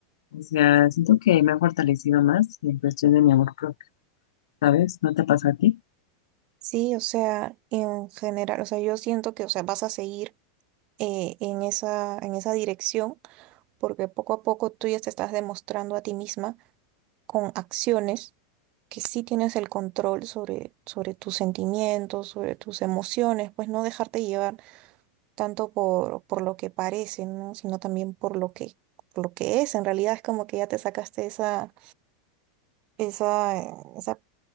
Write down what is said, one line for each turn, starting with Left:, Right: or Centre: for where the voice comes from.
Left: O sea, siento que me ha fortalecido más en cuestión de mi amor propio, ¿sabes? ¿No te pasa a ti?
Right: Sí, o sea, en general, o sea, yo siento que, o sea, vas a seguir eh, en esa, en esa dirección, porque poco a poco tú ya te estás demostrando a ti misma con acciones que sí tienes el control sobre, sobre tus sentimientos, sobre tus emociones, pues no dejarte llevar tanto por, por lo que parece, ¿no? Sino también por lo que, por lo que es. En realidad es como que ya te sacaste esa, esa, eh, esa,